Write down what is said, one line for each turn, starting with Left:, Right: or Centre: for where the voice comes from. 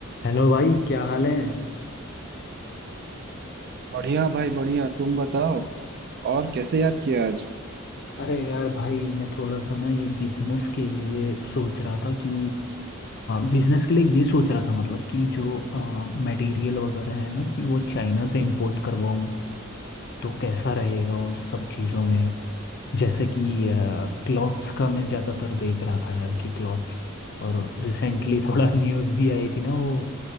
Left: Hello भाई क्या हाल है
Right: बढ़िया भाई बढ़िया तुम बताओ और कैसे याद किया आज
Left: अरे यार भाई मैं थोड़ा सा ना ये बिजनेस के लिए सोच रहा था कि बिजनेस के लिए ये सोच रहा था मतलब कि जो मटेरियल वगैरह है ना कि वो चाइना से इंपोर्ट करवाऊँ तो कैसा रहेगा उन सब चीज़ों में जैसे कि क्लॉथ्स का मैं ज़्यादातर देख रहा था यार कि क्लॉथ्स और रिसेंटली थोड़ा <laughs> न्यूज़ भी आई थी ना वो